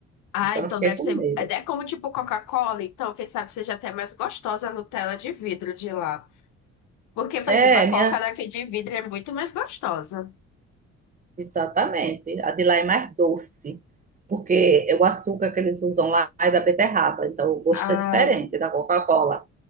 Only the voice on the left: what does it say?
Ah,
então
deve
ser.
É é como tipo Coca-Cola, então, quem sabe seja até mais gostosa a Nutella de vidro de lá. Porque, por
exemplo, a Coca
daqui de vidro é muito mais gostosa.
Ah,